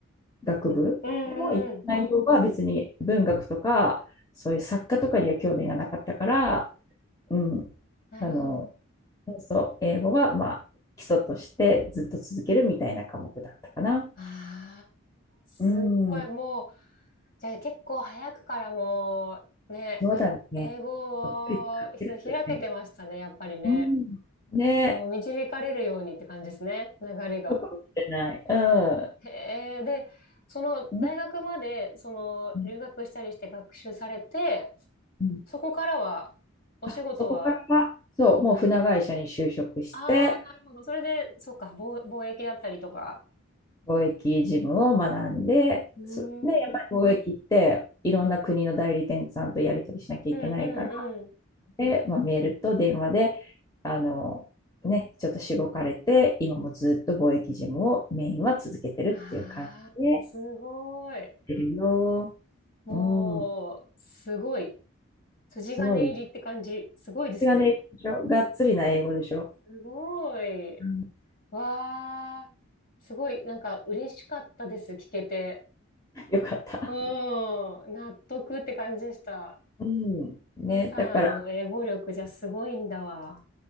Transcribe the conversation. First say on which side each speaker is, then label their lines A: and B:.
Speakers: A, on the left (about 20°); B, on the left (about 45°).
A: 学部でも行った内容は別に文学とか、
B: うんうんうん。
A: そういう作家とかには興味がなかったから、うん、
B: なるほど。
A: あの、そう英語はまあ基礎としてずっと続けるみたいな科目だったかな。
B: ああ、すごい。
A: うん、
B: もう、じゃあ結構早くからもう、ね、
A: そうだね。
B: 英語をそう開けてましたね、
A: そっくり使ってるんだよね。
B: やっぱりね。
A: うん。ね、
B: もう導かれるようにって感じですね、流れが。
A: そうかもしれない。うん。
B: へえ、で、その大学まで、
A: うん
B: その留学したりして学習されて、
A: うんうん
B: そこからは、お仕事は、
A: あそこからは、そう、もう船会社に就職して、
B: ああ、なるほど。それで、そうか、貿貿易だったりとか。
A: 貿易事務を学んで、
B: うーん、
A: そ、ね、やっぱり貿易っていろんな国の代理店さんとやり取りしなきゃいけないから、
B: うん、うん、うん。
A: で、まあ、メールと電話で、あの、ね、ちょっとしごかれて、今もずっと貿易事務をメインは続けてるっていう感じでやっ
B: ああ、すごい。
A: てるよ。
B: もう、
A: うん、
B: すごい。筋金入りって感じ。
A: すごい。
B: すごいですね。
A: それがね、でしょがっつりな英語でしょ。
B: すごい。
A: うん、
B: わあ、すごい、なんか嬉しかったです、聞けて。
A: よかった。
B: うん、納得って感じでした。
A: うん、ね、
B: K さんの英語力じゃすごいんだわ。
A: だから、